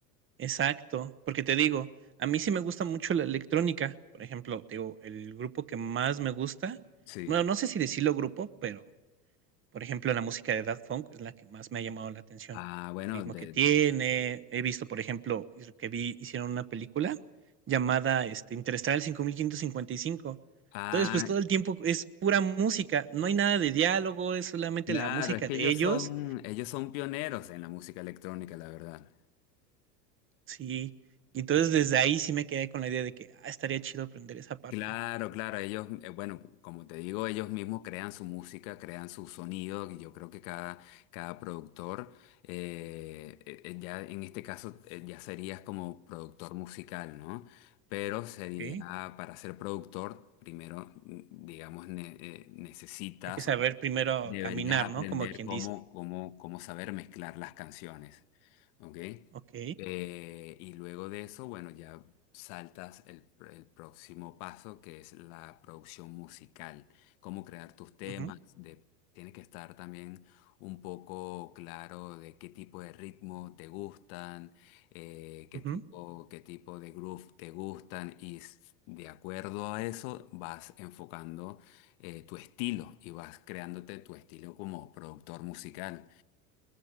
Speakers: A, on the right (about 25°); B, on the left (about 55°).
A: Exacto, porque te digo, a mí sí me gusta mucho la electrónica. Por ejemplo, te digo, el grupo que más me gusta,
B: Sí.
A: bueno, no sé si decirlo grupo, pero por ejemplo, la música de Daft Punk es la que más me ha llamado la atención.
B: Ah, bueno,
A: El ritmo
B: de...
A: que tiene. He visto, por ejemplo, y- que vi, hicieron una película llamada este, Interestelar cinco mil quinientos cincuenta y cinco,
B: Ah,
A: Entonces, pues todo el tiempo es pura música, no hay nada de diálogo, es solamente
B: claro,
A: la música
B: es que
A: de
B: ellos
A: ellos
B: son, ellos son pioneros en la música electrónica, la verdad.
A: Sí, y entonces desde ahí sí me quedé con la idea de que, ah, estaría chido aprender esa parte,
B: Claro, claro, ellos, eh, bueno, como te digo, ellos mismos crean su música, crean su sonido, y yo creo que cada, cada productor, eh, eh, eh, ya en este caso, eh, ya serías como productor musical, ¿no? Pero sería,
A: ¿ok?
B: para ser productor, primero, mm, digamos, ne- eh, necesitas
A: Hay que saber primero
B: Deberías
A: caminar,
B: aprender
A: ¿no? Como quien
B: cómo,
A: dice,
B: cómo, cómo saber mezclar las canciones, ¿ok?
A: ¿ok?
B: Eh, y luego de eso, bueno, ya saltas el, el próximo paso, que es la producción musical, cómo crear tus temas,
A: ujú,
B: de, tienes que estar también un poco claro de qué tipo de ritmo te gustan, eh, qué
A: ujú.
B: tipo, qué tipo de groove te gustan, y s- de acuerdo a eso vas enfocando eh, tu estilo y vas creándote tu estilo como productor musical.